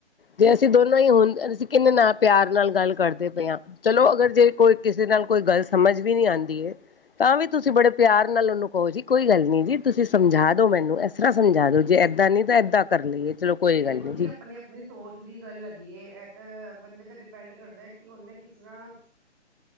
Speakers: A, on the left; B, on the right.
A: ਜੇ ਅਸੀਂ ਦੋਨਾਂ ਹੀ ਹੁਣ ਅਸੀਂ
B: ਹਾਂਜੀ
A: ਕਿੰਨੇ ਨਾ ਪਿਆਰ ਨਾਲ ਗੱਲ ਕਰਦੇ ਪਏ ਆ ਚਲੋ ਅਗਰ ਜੇ ਕੋਈ ਕਿਸੇ ਨਾਲ ਕੋਈ ਗੱਲ ਸਮਝ ਵੀ ਨੀ ਆਉਂਦੀ ਹੈ। ਤਾਂ ਵੀ ਤੁਸੀਂ ਬੜੇ ਪਿਆਰ ਨਾਲ ਉਹਨੂੰ ਕਹੋ ਜੀ ਕੋਈ ਗੱਲ ਨੀ ਜੀ ਤੁਸੀਂ ਸਮਝਾ ਦੋ ਮੈਨੂੰ ਤਰ੍ਹਾਂ ਸਮਝਾ ਦੋ ਜੇ ਏਦਾਂ ਨੀ ਤਾਂ ਏਦਾਂ ਕਰ ਲਈਏ ਚਲੋ ਕੋਈ
B: ਦੇਖੋ
A: ਗੱਲ ਨਹੀਂ
B: ਜੀ ਆਪਣੇ ਆਪਣੇ ਸੋਚ ਦੀ ਗੱਲ ਹੈਗੀ ਹੈ ਇਹ ਤਾਂ ਬੰਦੇ ਤਾਂ ਡਿਪੈਂਡ ਕਰਦਾ ਕਿ ਉਹਨੇ ਕਿਸ ਤਰ੍ਹਾਂ